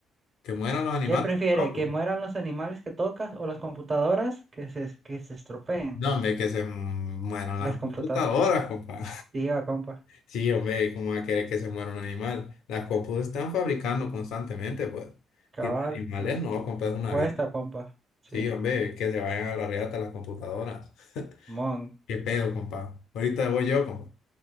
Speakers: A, on the left; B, on the right.
A: ¿Que mueran los animales?
B: ¿Qué prefiere?
A: Loco.
B: ¿Que mueran los animales que tocas o las computadoras que se, que se estropeen?
A: No, hombre, que se mueran
B: Las
A: las
B: computadoras.
A: computadoras, compa.
B: Diga, compa.
A: Sí, hombre, ¿cómo va a querer que se muera un animal? Las compus están fabricando constantemente, pues.
B: Cabal.
A: Y los animales
B: la-
A: no, compa, es una
B: Cuesta,
A: vida.
B: compa. Sí.
A: Sí, hombre, que se vayan a la reata las computadoras. <laughs>
B: Mon.
A: ¿Qué pedo, compa? Ahorita voy yo, compa.